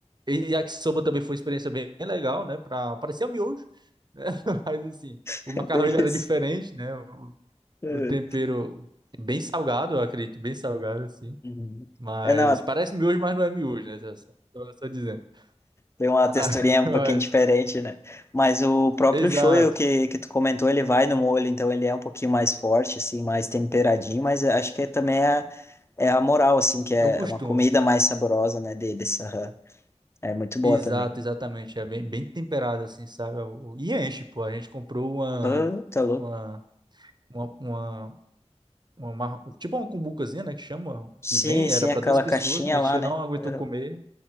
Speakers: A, on the right; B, on the left.
A: e yakisoba também foi uma experiência bem legal, né? Pra... Parecia miojo, né? <laughs> Mas assim,
B: <laughs>
A: o macarrão
B: É bem
A: ele era
B: isso.
A: diferente, né? O,
B: É.
A: o tempero bem salgado, eu acredito, bem salgado, assim.
B: Uhum.
A: Mas
B: É, não,
A: parece miojo, mas não é miojo, né? Só, só só dizendo.
B: tem uma
A: <laughs>
B: texturinha um
A: Mas-
B: pouquinho diferente, né? Mas o próprio
A: exato.
B: shoyu que, que tu comentou, ele vai no molho, então ele é um pouquinho mais forte, assim, mais temperadinho, mas eu acho que é também é, a- é a moral, assim, que é
A: É o costume.
B: uma comida mais saborosa, né, deles. aham. É muito boa
A: Exato,
B: também.
A: exatamente. É bem, bem temperado, assim, sabe? O- E enche, pô. A gente comprou uma,
B: Ah, tá louco.
A: uma, uma, uma- uma mar- tipo uma cumbucazinha, né, que chama,
B: Sim,
A: que vem,
B: sim,
A: era para
B: aquela
A: duas pessoas,
B: caixinha
A: minha
B: lá,
A: tia
B: né?
A: não aguentou
B: Eu-
A: comer,